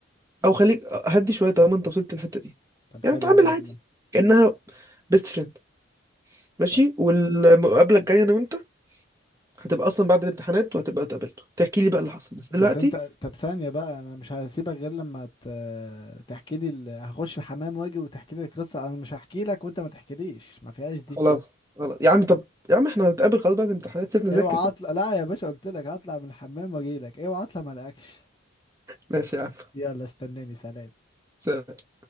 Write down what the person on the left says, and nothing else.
طب
حلو
أوي والله
طب
بس انت طب ثانية بقى انا مش هسيبك غير لما ت... تحكي لي ال... هخش الحمام واجي وتحكي لي القصة انا مش هحكي لك وانت ما تحكيليش ما فيهاش دي
اوعى
اطلع لا يا باشا قلت لك هطلع من الحمام واجي لك اوعى اطلع ما الاقيكش
يلا استناني سلام